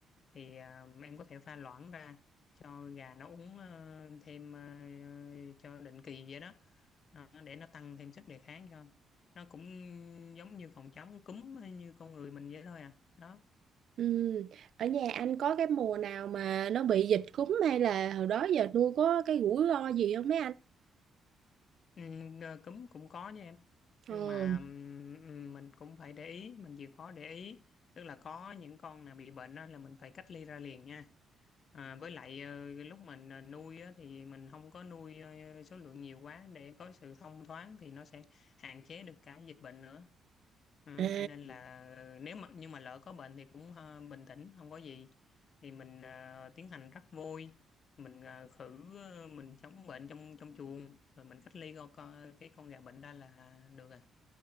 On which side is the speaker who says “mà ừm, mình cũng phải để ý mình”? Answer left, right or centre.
Left